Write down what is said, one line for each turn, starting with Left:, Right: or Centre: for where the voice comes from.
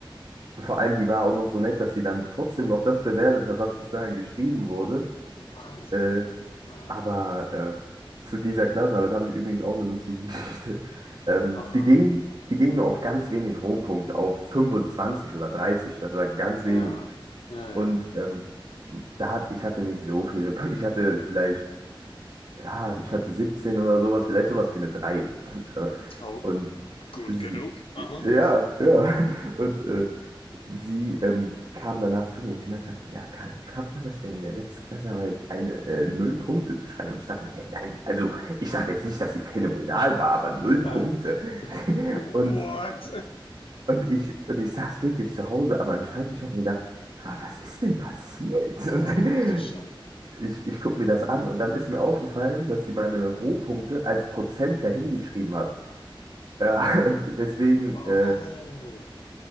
Right: Vor allem, die war auch noch so nett, dass sie dann trotzdem noch das bewertet hat, was bis dahin geschrieben wurde.
Left: Wahnsinn.
Right: Äh,
Left: Ah.
Right: aber äh, zu dieser Klassenarbeit habe ich übrigens auch eine lustige <laughs> Geschichte. Ähm,
Left: Aha.
Right: die ging, die ging nur auf ganz wenig Rohpunkte, auf 25 oder 30. Das war ganz wenig.
Left: Ja, ja,
Right: Und
Left: ja, ja.
Right: ähm, da hat, ich hatte nicht so viele, <laughs> ich hatte vielleicht ja, ich hatte 17 oder sowas, vielleicht sowas wie eine drei <laughs>
Left: Oh,
Right: Und
Left: Gut
Right: sie,
Left: genug. aha.
Right: ja, ja. <laughs> Und äh, sie ähm, kam danach zu mir und sie meinte dann so, ja, Karl, wie schafft man das denn in der letzten Klassenarbeit eine äh, Null Punkte zu schreiben? Und ich dachte mir, hä, nein, also ich dachte jetzt nicht, dass sie phänomenal war, aber
Left: <laughs>
Right: Null Punkte.
Left: Ah.
Right: <laughs>
Left: What?
Right: Und, und, ich, und ich saß wirklich zu Hause an meinem Schreibtisch und habe mir gedacht, wa- was ist denn passiert? <laughs>
Left: Ach du Schande.
Right: ich, ich gucke mir das an und dann ist mir aufgefallen, dass sie meine Rohpunkte als Prozent dahingeschrieben hat. Ja, <laughs> und deswegen,
Left: Oh.
Right: äh,